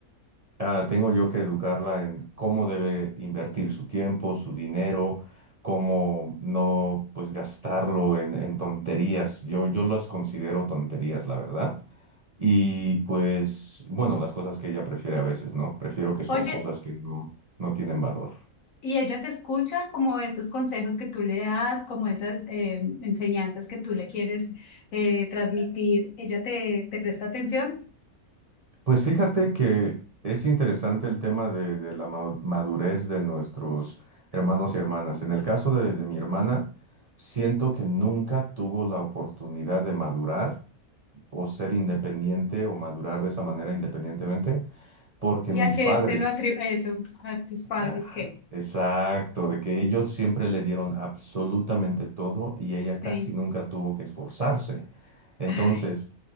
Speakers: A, on the right (about 40°); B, on the left (about 65°).
A: ah, tengo yo que educarla en cómo debe invertir su tiempo, su dinero, cómo no, pues, gastarlo en, en tonterías. Yo, yo las considero tonterías, la verdad y pues, bueno, las cosas que ella prefiere a veces, ¿no? Prefiero que son
B: Oye,
A: cosas que no, no tienen valor.
B: Y ella te escucha como esos consejos que tú le das, como esas eh, enseñanzas que tú le quieres eh, transmitir. Ella te, te presta atención
A: Pues fíjate que es interesante el tema de, de la ma- madurez de nuestros hermanos y hermanas. En el caso de, de mi hermana, siento que nunca tuvo la oportunidad de madurar o ser independiente o madurar de esa manera independientemente, porque
B: y
A: mis
B: a qué
A: padres
B: se lo atribuye eso a tus padres
A: Ajá,
B: que
A: exacto, de que ellos siempre le dieron absolutamente todo y ella
B: sí,
A: casi nunca tuvo que esforzarse. Entonces,
B: ay,